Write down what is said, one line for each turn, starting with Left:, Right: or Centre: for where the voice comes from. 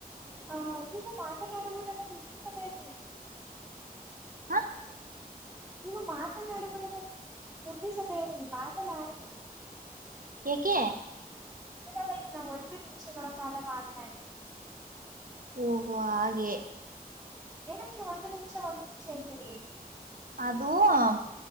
Centre: ಅ ನೀವು ಮಾತನಾಡುವುದನ್ನ ನಿಲ್ಲಿಸಬೇಡಿ.
Right: ಹಾ
Centre: ನೀವು ಮಾತನಾಡುವುದನ್ನು ನಿಲ್ಲಿಸಬೇಡಿ ಮಾತನಾಡಿ.
Right: ಎಕೆ
Centre: ಕೇವಲ ಇನ್ನ ಒಂದು ನಿಮಿಷಗಳ ಕಾಲ ಮಾತನಾಡಿ.
Right: ಓಹೋ ಹಾಗೆ.
Centre: ಏನಕ್ಕೆ ಒಂದ್ ನಿಮಿಷ ಒಂದ್ ನಿಮಿಷ ಅಂತಿರಿ.
Right: ಅದು ಆ